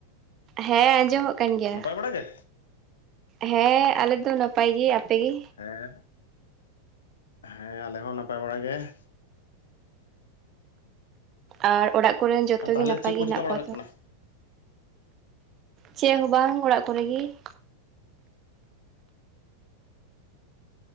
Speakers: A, on the right; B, on the left.
A: ᱦᱮᱸ ᱟᱸᱡᱚᱢᱚᱜ ᱠᱟᱱ ᱜᱮᱭᱟ ᱾
B: ᱚᱲᱮ ᱜᱮ,
A: ᱦᱮᱸ ᱟᱞᱮ ᱫᱚ ᱱᱟᱯᱟᱭ ᱜᱮ ᱟᱯᱮ ᱜᱮ?
B: ᱦᱮᱸ ᱦᱮᱸ ᱟᱞᱮ ᱦᱚᱸ ᱱᱟᱯᱟᱭ ᱵᱟᱲᱟ ᱜᱮ ᱾
A: ᱟᱨ ᱚᱲᱟᱜ ᱠᱚᱨᱮᱱ ᱡᱚᱛᱚ
B: ᱛᱟᱦᱚᱞᱮ
A: ᱜᱮ ᱱᱟᱯᱟᱭ
B: ᱪᱮᱫ ᱠᱚ
A: ᱜᱮ ᱦᱮᱱᱟᱜ
B: ᱪᱤᱠᱟ ᱵᱟᱲᱟ
A: ᱠᱚᱣᱟ
B: ᱦᱩᱭᱩᱜ
A: ᱛᱚ?
B: ᱠᱟᱱᱟ
A: ᱪᱮᱫ ᱦᱚᱸ ᱵᱟᱝ ᱚᱲᱟᱜ ᱠᱚᱨᱮ ᱜᱮ ᱾